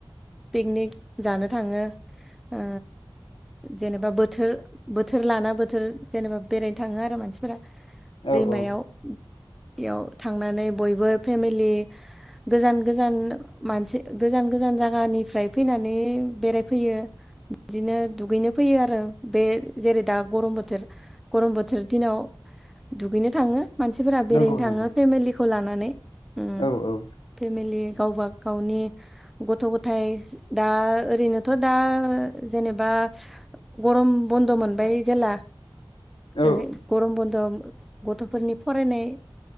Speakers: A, in the centre; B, on the left.
A: पिकनिक जानो थाङो ओ जेनेबा बोथोर बोथोर लाना बोथोर जेनेबा बेरायनो थाङो आरो मानसिफोरा
B: औ
A: दैमायाव
B: औ
A: बेयाव थांनानै बयबो फेमिलि गोजान गोजान मानसि गोजान गोजान जायगानिफ्राय फैनानै बेरायफैयो। बिदिनो दुगैनो फैयो आरो बे जेरै दा गरम बोथोर गरम बोथोर दिनाव दुगैनो थाङो मानसिफोरा
B: नंगौ
A: बेरायनो
B: नंगौ
A: थाङो फेमिलिखौ लानानै। उम
B: औ औ
A: फेमिलि गावबा गावनि गथ' गथाय दा ओरैनोथ' दा जेनेबा गरम बन्द मोनबाय जेला
B: औ
A: ओरै गरम बन ओम गथ'फोरनि फरायनाय